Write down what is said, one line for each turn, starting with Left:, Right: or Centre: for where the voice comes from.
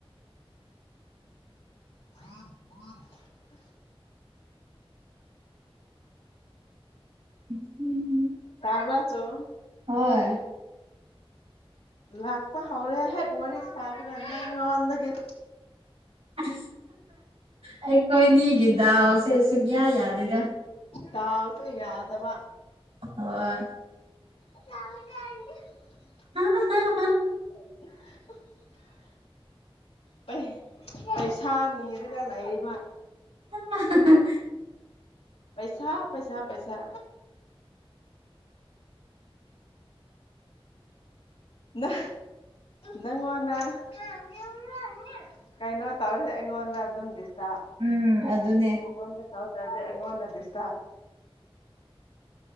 Left: <unintelligible>
Right: <unintelligible>
Left: ꯇꯥꯕ꯭ꯔꯥ ꯆꯣ
Right: ꯍꯣꯏ
Left: ꯂꯥꯛꯄ ꯍꯧꯔꯦ ꯍꯦꯛ ꯋꯥꯔꯤ ꯁꯥꯕꯒ ꯅꯪꯉꯣꯟꯗꯒꯤ
Right: <unintelligible> ꯑꯩꯈꯣꯏꯅꯤꯒꯤ ꯗꯥꯎꯁꯦ ꯁꯨꯛꯌꯥ ꯌꯥꯗꯦꯗ
Left: ꯗꯥꯎꯁꯨ ꯌꯥꯗꯕ
Right: ꯍꯣꯏ
Left: <unintelligible>
Right: ꯍꯥ ꯍꯥ ꯍꯥ
Left: <inaudible> ꯄꯩ ꯄꯩꯁꯥ ꯅꯤꯔꯒ ꯂꯩꯔꯤꯕ
Right: <unintelligible>
Left: ꯄꯩꯁꯥ ꯄꯩꯁꯥ ꯄꯩꯁꯥ ꯅꯥ ꯅꯪꯉꯣꯟꯗ <unintelligible> ꯀꯩꯅꯣ ꯇꯧꯔꯁꯦ ꯑꯩꯉꯣꯟꯗ ꯑꯗꯨꯝ ꯗꯤꯁꯇꯥꯔꯕ
Right: ꯎꯝ ꯑꯗꯨꯅꯦ
Left: ꯃꯉꯣꯟꯗ ꯇꯧꯗ꯭ꯔꯗꯤ ꯑꯩꯉꯣꯟꯗ ꯗꯤꯁꯇ